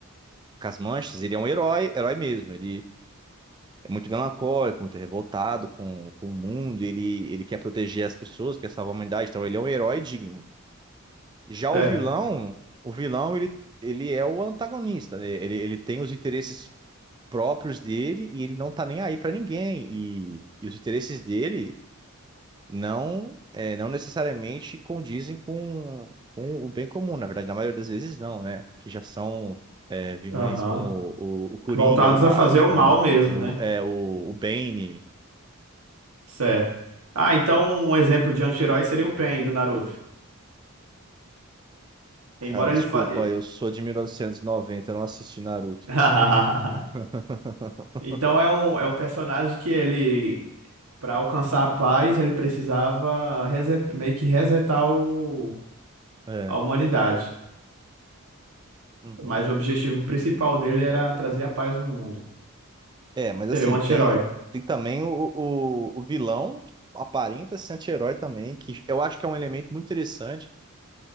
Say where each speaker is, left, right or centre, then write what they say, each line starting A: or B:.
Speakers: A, on the right; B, on the right.
A: com as manchas, ele é um herói, herói mesmo. Ele é muito melancólico, muito revoltado com, com o mundo. Ele, ele quer proteger as pessoas, quer salvar a humanidade. Então ele é um herói digno. Já
B: certo.
A: o vilão, o vilão, ele, ele é o antagonista, né? Ele, ele tem os interesses próprios dele e ele não tá nem aí pra ninguém. E, e os interesses dele. não, é, não necessariamente condizem com, com o bem comum. Na verdade, na maioria das vezes não, né? Que já são é, vilões
B: Aham.
A: como o, o Coringa
B: Voltados
A: do Batman,
B: a fazer o mal mesmo,
A: o,
B: né?
A: é, o, o Bane.
B: Certo. Ah, então um exemplo de anti-herói seria o Pain do Naruto. Embora
A: Cara, desculpa,
B: ele fa...
A: eu sou de 1990, eu não assisti Naruto.
B: <laughs>
A: <laughs>
B: Então é um, é um personagem que ele, para alcançar a paz, ele precisava reset- meio que resetar o...
A: É.
B: a humanidade.
A: Uhum.
B: Mas o objetivo principal dele era trazer a paz no mundo.
A: É, mas assim,
B: Seria um anti-herói.
A: tem, tem também o, o, o vilão que aparenta ser anti-herói também, que eu acho que é um elemento muito interessante